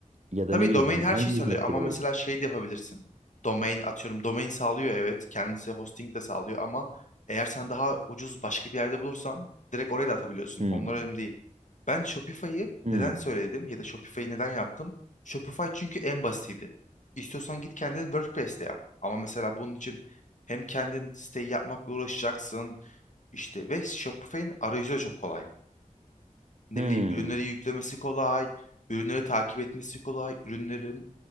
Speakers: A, on the right; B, on the left.
A: Ya
B: Tabii
A: da ne bileyim
B: domain
A: hani
B: her
A: hangi
B: şeyi sağlıyor
A: hizmetleri
B: ama mesela
A: veriyor.
B: şey de yapabilirsin. Domain atıyorum domain sağlıyor evet kendisi hosting de sağlıyor ama eğer sen daha ucuz başka bir yerde bulursan direkt oraya da atabiliyorsun.
A: Hmm,
B: Onlar önemli değil. Ben Shopify'ı
A: hmm,
B: neden söyledim ya da Shopify'ı neden yaptım? Shopify çünkü en basitiydi. İstiyorsan git kendin WordPress'te yap. Ama mesela bunun için hem kendin siteyi yapmakla uğraşacaksın işte ve Shopify'in arayüzü de çok kolay. Ne
A: hmm.
B: bileyim ürünleri yüklemesi kolay, ürünleri takip etmesi kolay, ürünlerin